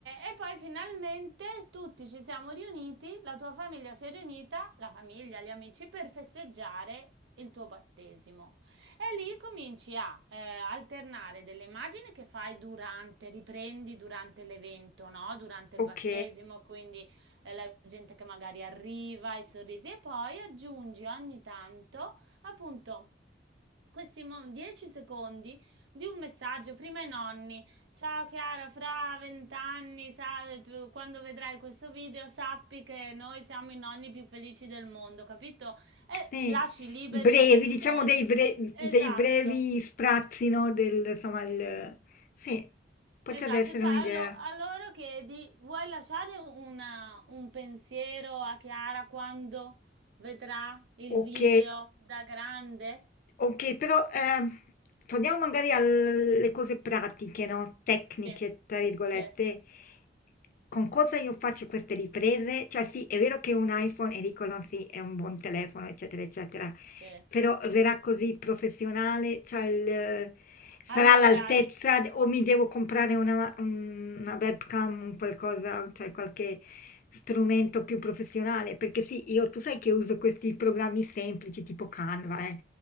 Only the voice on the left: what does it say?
ok,
sì,
brevi,
diciamo dei, bre- dei
brevi sprazzi, no? Del, insomma, il, sì, potrebbe
essere
un'idea,
ok.
Ok, però ehm, torniamo magari alle cose pratiche, no? Tecniche,
tra virgolette.
Con cosa io faccio queste riprese? Cioè sì, è vero che un iPhone, e dicono sì, è un buon telefono, eccetera, eccetera,
però verrà così professionale, cioè il- sarà
all'altezza de- o mi devo comprare una, una webcam, un qualcosa, cioè qualche strumento più professionale, perché sì, io tu sai che uso questi programmi semplici tipo Canva, eh.